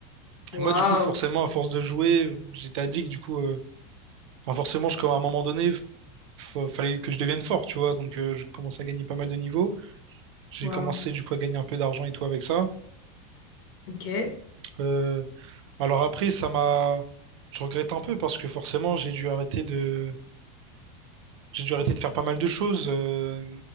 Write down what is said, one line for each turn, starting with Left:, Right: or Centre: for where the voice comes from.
Left: Waouh.
Right: Et moi, du coup, forcément, à force de jouer, j'étais addict, du coup, euh, enfin, forcément, je, à un moment donné, fa- fallait que je devienne fort, tu vois, donc euh, je commençais à gagner pas mal de niveaux. J'ai
Left: Wow.
Right: commencé, du coup, à gagner un peu d'argent et tout avec ça.
Left: ok.
Right: Euh, alors après, ça m'a... Je regrette un peu parce que forcément, j'ai dû arrêter de... J'ai dû arrêter de faire pas mal de choses euh,